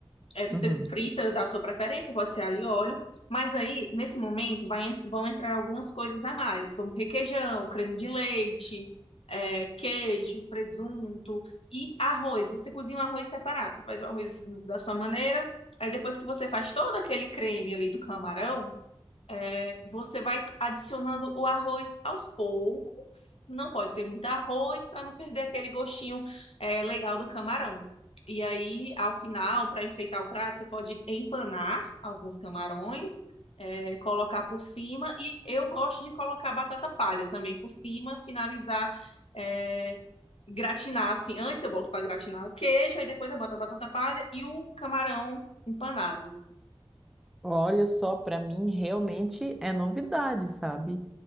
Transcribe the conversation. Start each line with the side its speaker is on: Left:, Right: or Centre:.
Left: é, você
Centre: Uhum.
Left: frita da sua preferência, pode ser alho e óleo, mas aí, nesse momento, vai en- vão entrar algumas coisas a mais, como requeijão, creme de leite, é, queijo, presunto e arroz. Você cozinha o arroz separado, você faz o arroz da sua maneira, aí depois que você faz todo aquele creme ali do camarão, é, você vai adicionando o arroz aos poucos. Não pode ter muito arroz para não perder aquele gostinho, é, legal do camarão. E aí, ao final, para enfeitar o prato, você pode empanar alguns camarões, é, colocar por cima. E eu gosto de colocar batata palha também por cima, finalizar, é, gratinar assim. Antes eu boto para gratinar o queijo, aí depois eu boto a batata palha e o camarão empanado.
Centre: Olha só, pra mim realmente é novidade, sabe?